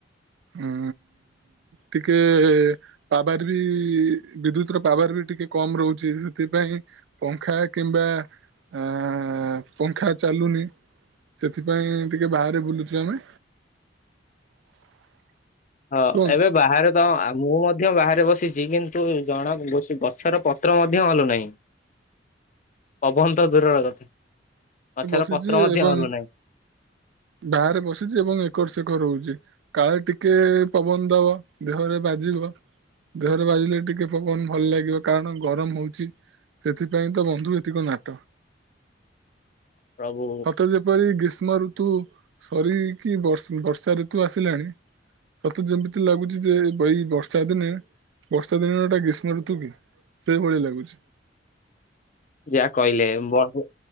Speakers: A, on the right; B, on the left.
A: ଉଁ ଟିକେ ପାୱାର ବି ବିଦ୍ୟୁତ ର ପାୱାର ବି ଟିକେ କମ ରହୁଚି ସେଥିପାଇଁ ପଙ୍ଖା କିମ୍ବା ଆ ପଙ୍ଖା ଚାଲୁନି। ସେଥିପାଇଁ ଟିକେ ବାହାରେ ବୁଲୁଚୁ ଆମେ।
B: ହଁ
A: କୁହନ୍ତୁ
B: ଏବେ ବାହାରେ ତ ଆ ମୁଁ ମଧ୍ୟ ବାହାରେ ବସିଚି କିନ୍ତୁ ଜଣା ବି ସେ ଗଛର ପତ୍ର ମଧ୍ୟ ହଲୁନାହିଁ। ପବନ ତ ଦୂରର କଥା ଗଛର
A: ବସିଛି
B: ପତ୍ର ମଧ୍ୟ
A: ଏବଂ
B: ହଲୁନାହିଁ।
A: ବାହାରେ ବସିଚି ଏବଂ ଏକର ସେକର ହୋଉଚି। କାଳେ ଟିକେ ପବନ ଦବ ଦେହରେ ବାଜିବ। ଦେହରେ ବାଜିଲେ ଟିକେ ପବନ ଭଲ ଲାଗିବ କାରଣ ଗରମ ହୋଉଚି। ସେଥିପାଇଁ ତ ବନ୍ଧୁ ଏତିକ ନାଟ।
B: ପ୍ରଭୁ
A: ସତେ ଯେପରି ଗ୍ରୀଷ୍ମ ଋତୁ ସରିକି ବର୍ଷ୍ ବର୍ଷା ଋତୁ ଆସିଲାଣି ମତେ ଯେମିତି ଲାଗୁଚି ଯେ ଏଇ ବର୍ଷା ଦିନେ ବର୍ଷା ଦିନଟା ଗ୍ରୀଷ୍ମ ଋତୁ କି ସେଇଭଳି ଲାଗୁଚି।
B: ଯାହା କହିଲେ ବହୁ